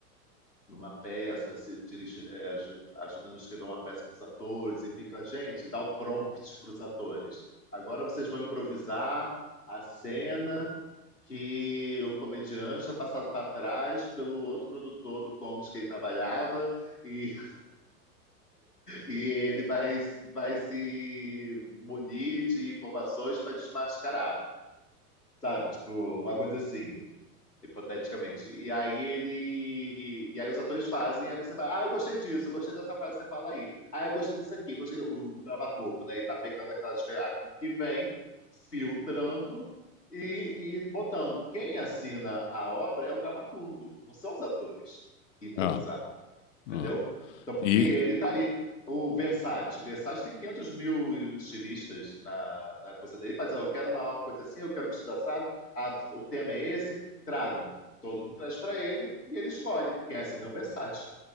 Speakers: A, on the left; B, on the left.
A: numa peça, se dirige, é, aju- ajudando a escrever uma peça com os atores, e fica, gente, dá o prompt para os atores. Agora vocês vão improvisar a cena que o comediante é passado para trás pelo outro produtor do comedy que ele trabalhava, e, e ele vai, vai se munir de informações para desmascarar. Sabe, tipo, uma coisa assim. hipoteticamente. E aí ele. E aí os atores fazem, aí você vai, ah, eu gostei disso, eu gostei dessa frase que você fala aí. Ah, eu gostei disso aqui, eu gostei. O dramaturgo, né? E tá pegando aquelas o que vem, filtrando e, e botando. Quem assina a obra é o dramaturgo, não são os atores que improvisaram
B: Ah,
A: entendeu?
B: ah.
A: Então, porque
B: E
A: ele tá ali. O Versace, Versace tem quinhentos mil estilistas na, na coisa dele, fazendo, eu quero uma coisa assim, eu quero um vestido assado, ah, o tema é esse, tragam. Todo mundo traz para ele e ele escolhe quem assina é o Versace.